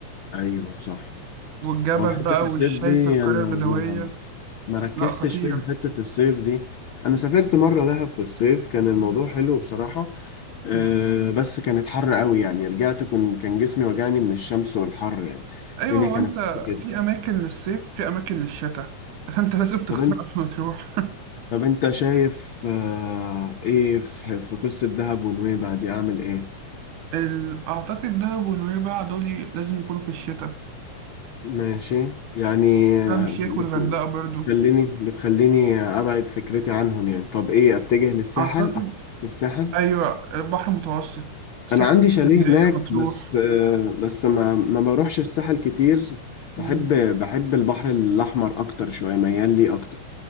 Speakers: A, on the left; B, on the right.
A: أيوه صح
B: والجبل
A: هو حتة
B: بقى
A: الصيف
B: والشايف
A: دي
B: القريه
A: أنا
B: البدويه
A: ما ما ركزتش
B: لا خطيره
A: فيها حتة الصيف دي انا سافرت مرة دهب في الصيف كان الموضوع حلو بصراحة أه
B: مم.
A: بس كانت حر قوي يعني رجعت كن كان جسمي وجعني من الشمس والحر يعني
B: ايوه
A: الدنيا
B: هو
A: كانت
B: انت
A: حر جدا
B: في اماكن للصيف في اماكن للشتاء <laughs> انت لازم تختار
A: طب انت
B: قبل ما تروح
A: طب انت شايف أه ايه في, في قصة دهب ونويبع دي اعمل ايه
B: ال- أعتقد دهب ونويبع دول لازم يكونوا في الشتاء
A: ماشي يعني
B: شرم
A: آه،
B: الشيخ
A: بت...
B: والغردقة برضو
A: بتخليني بتخليني ابعد فكرتي عنهم يعني طب ايه اتجه للساحل
B: أعتقد
A: افكر في الساحل
B: أيوة البحر المتوسط ساحل
A: انا عندي
B: اسكندرية
A: شاليه هناك
B: مطروح
A: بس آه، بس ما ما بروحش الساحل كتير بحب
B: مم.
A: بحب البحر الاحمر اكتر شويه ميال لي اكتر